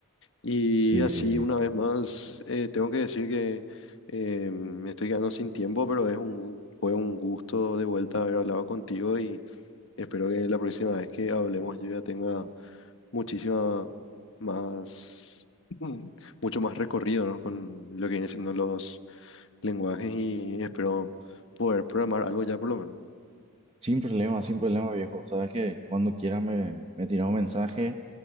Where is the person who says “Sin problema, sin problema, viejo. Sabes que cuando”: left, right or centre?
Right